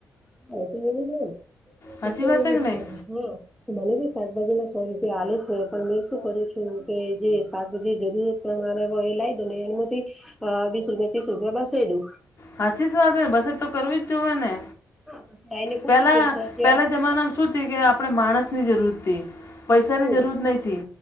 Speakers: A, in the centre; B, on the left.
A: <unintelligible>
B: સાચી
A: એતો
B: વાત
A: એવુજ
B: હે કે નહીં
A: છે હ. મને બી શાકભાજી ના સો રૂપિયા આલે છે પણ મેં શું કરું છું કે જે શાકભાજી જરૂરત તો મારા વ એ લાઇ દો ને એમથી અ વીસ રૂપિયા, ત્રીસ રૂપિયા બચાઈ દઉ.
B: હાચી જ વાતને બચત તો કરવી જ જોવે ને.
A: પછી આઈને પૂછું
B: પહેલા
A: કે સો રૂપિયા
B: પહેલા જમાનામાં શું થી કે આપણે માણસની જરૂરથી. પૈસાની
A: હમ
B: જરૂએ નહી થી.